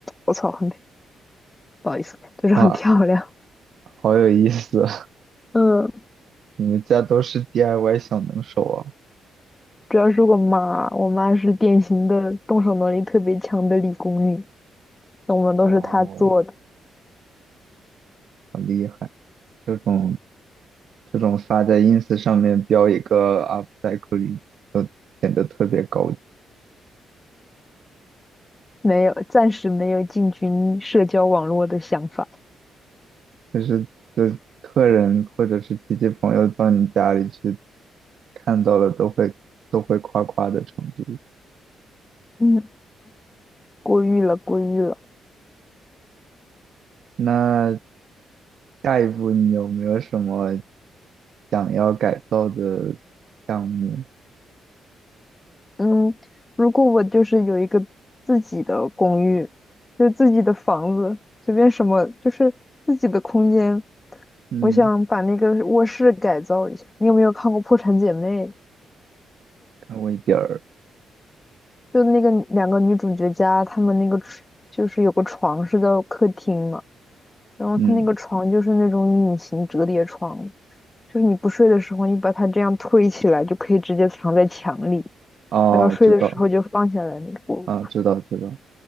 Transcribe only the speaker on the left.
我操，很不好意思，就是很漂亮。
<laughs> 嗯，
主要是我妈，我妈是典型的动手能力特别强的理工女，那我们都是她做的，
没有，暂时没有进军社交网络的想法。
嗯，过誉了，过誉了。
嗯，如果我就是有一个自己的公寓，就是自己的房子，随便什么，就是自己的空间，
我想把那个卧室改造一下。你有没有看过《破产姐妹》？
就那个两个女主角家，她们那个床就是有个床是在客厅嘛，然后她那个床就是那种隐形折叠床，
就是你不睡的时候，你把它这样推起来，就可以直接藏在墙里，
然后睡的时候就放下来那个。